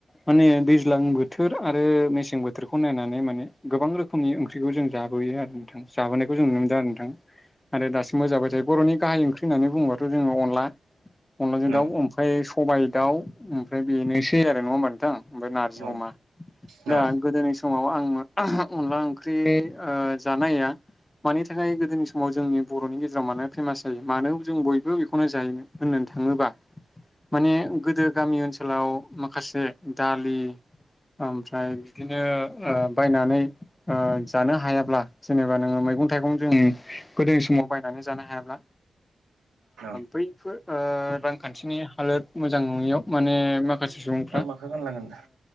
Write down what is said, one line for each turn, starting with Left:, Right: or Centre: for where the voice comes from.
Left: माने दैज्लां बोथोर आरो मेसें बोथोरखौ नायनानै माने गोबां रोखोमनि ओंख्रिखौ जों जाबोयो आरो। जाबोनायखौ जों नुनो मोनदों आरो नोंथां आरो दासिमबो जाबाय थायो बर'नि गाहाय ओंख्रि होननानै बुङोबाथ' जोङो अनला। अनलाजों
Right: न
Left: दाउ ओमफ्राय सबायाइ दाउ ओमफ्राय बेनोसै आरो नङा होनोमबा नोंथां। ओमफ्राय नारजि
Right: न
Left: अमा।
Right: न
Left: दा गोदोनि समाव आं अनला ओंख्रि जानाया मानि थाखाय गोदोनि समाव समाव जोंनि बर'नि गेजेराव मानो फेमास जायो मानो जों बयबो बेखौनो जायो होननानै थाङोबा माने गोदो गामि ओनसोलाव माखासे दालि। ओमफ्राय बिदिनो बायनानै जानो हायाब्ला जेनेबा नोङो मैगं थाइगं जों गोदोनि समाव बायनानै जानो हायाब्ला
Right: न
Left: बैफोर रांखान्थिनि हालोद मोजां नङियाव माने माखासे सुबुंफ्रा
Right: आं माखौ गानलांगोन